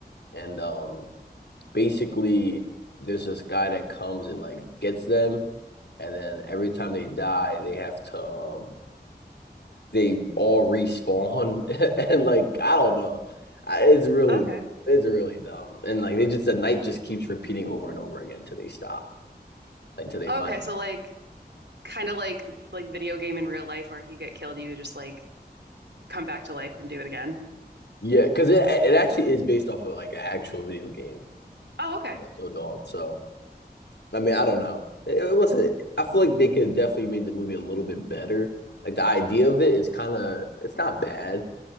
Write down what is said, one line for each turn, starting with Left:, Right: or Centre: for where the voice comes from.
Left: and um, basically there's this guy that comes and like gets them, and then every time they die, they have to um they all respawn <laughs> and like I don't know. I, it's really
Right: Okay.
Left: dumb. It's really dumb. And like they just the night just keeps repeating over and over again until they stop, until they
Right: Okay,
Left: find it.
Right: so like kind of like like video game in real life where if you get killed, you just like come back to life and do it again.
Left: Yeah, because it it actually is based off of like an actual video game,
Right: Oh, okay.
Left: like Until Dawn. So I mean, I don't know. It, it wasn't. I feel like they could definitely made the movie a little bit better. Like the idea of it is kind of it's not bad,